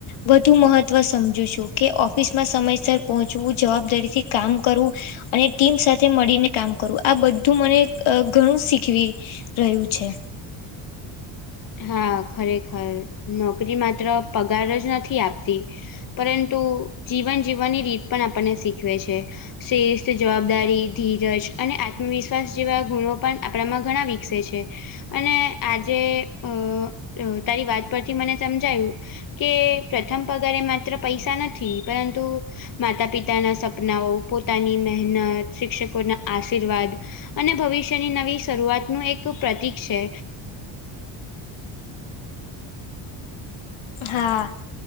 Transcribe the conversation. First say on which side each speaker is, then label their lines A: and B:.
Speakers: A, on the left; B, on the left.
A: વધુ મહત્વ સમજુ છું કે ઓફિસમાં સમયસર પહોંચવું જવાબદારીથી કામ કરવું અને ટીમ સાથે મળીને કામ કરવું આ બધું મને ઘણું શીખવી રહ્યું છે.
B: હા ખરેખર નોકરી માત્ર પગાર જ નથી આપતી પરંતુ જીવન જીવવાની રીત પણ આપણને શીખવે છે. શ્રેષ્ઠ જવાબદારી, ધીરજ અને આત્મવિશ્વાસ જેવા ગુણો પણ આપણામાં ઘણા વિકસે છે. અને આજે અ તારી વાત પરથી મને સમજાયું. કે પ્રથમ પગારે માત્ર પૈસા નથી પરંતુ. માતા પિતાના સપનાઓ પોતાની મહેનત શિક્ષકોના આશીર્વાદ. અને ભવિષ્યની નવી શરૂઆતનું એક પ્રતિક છે.
A: હા